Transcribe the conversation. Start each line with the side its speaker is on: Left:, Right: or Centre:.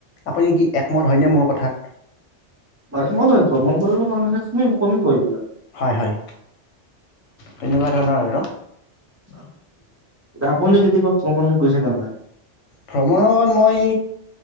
Left: আপুনি কি একমত হয়নে মোৰ কথাত?
Right: ম, মন একমত হয়, ভ্ৰমন কৰিলে মানুহৰ কমিব এইবিলাক
Left: হয়। হয়। তেনেকুৱা ধৰণৰ আৰু,
Right: <inaudible> এ আপুনি কেতিয়াবা ভ্ৰমণত গৈছে নে নাই?
Left: ভ্ৰমণত মই